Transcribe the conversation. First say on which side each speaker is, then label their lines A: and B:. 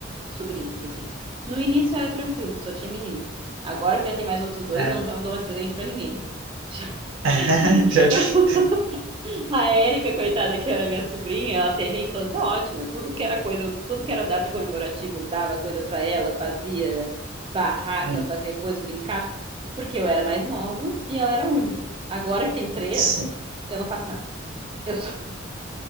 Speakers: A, on the right (about 25°); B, on the right (about 75°).
A: sobrinhos, assim. No início era tranquilo, que eu só tinha menino. Agora que já tem mais outros dois,
B: É.
A: eu não, já não dou mais presente pra ninguém.
B: <laughs>
A: <laughs>
B: Já dif-
A: A Érica, coitada, que era minha sobrinha, ela teve a infância ótima. Tudo que era coisa, tudo que era data comemorativa, eu dava coisa pra ela, fazia barraca,
B: hum,
A: fazia coisa, brincar, porque eu era mais nova e ela era única. Agora que tem três,
B: Sim.
A: eu não faço nada. Eu só